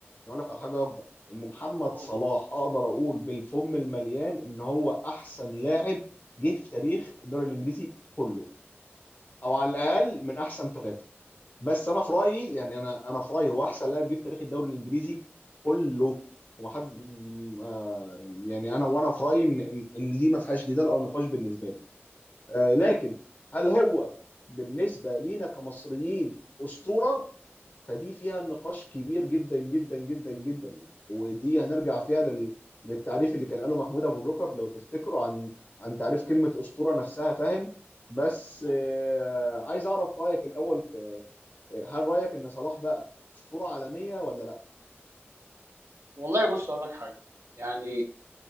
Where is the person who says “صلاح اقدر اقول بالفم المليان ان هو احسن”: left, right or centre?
Left